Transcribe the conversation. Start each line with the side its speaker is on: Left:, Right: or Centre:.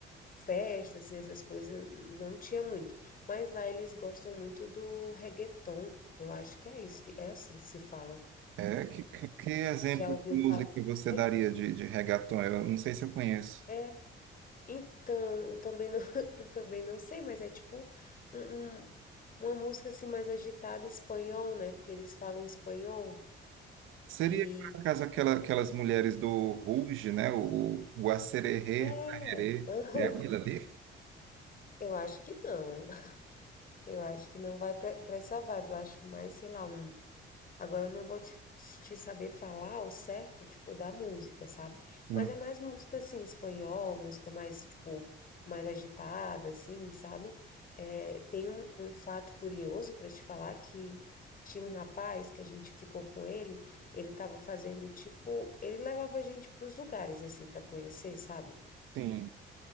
Left: festas, assim, essas coisas não tinha muito. Mas lá eles gostam muito do reggaeton. Eu acho que é isso, que é assim que se fala.
Right: É, que, que que exemplo
Left: Já ouviu
Right: de música
Left: falar?
Right: você
Left: É,
Right: daria de, de reggaeton? Eu não sei se eu conheço.
Left: é Então, eu também não, <laughs> eu também não sei, mas é tipo um, um- uma música assim mais agitada espanhol, né? Porque eles falam espanhol
Right: Seria,
Left: e
Right: por acaso, aquela, aquelas mulheres do Rouge, né? O, o Acererê,
Left: é,
Right: Arerê,
Left: <laughs> aham.
Right: é aquilo ali?
Left: Eu acho que não. Eu acho que não vai para essa vibe. Eu acho mais, sei lá, um Agora eu não vou te, te saber falar o certo, tipo, da música, sabe?
Right: Hum.
Left: Mas é mais música, assim, espanhol, música mais, tipo, mais agitada, assim, sabe? É, tem um, um fato curioso para te falar que tinha um rapaz que a gente ficou com ele, ele tava fazendo, tipo, ele levava a gente para os lugares, assim, para conhecer, sabe?
Right: Sim,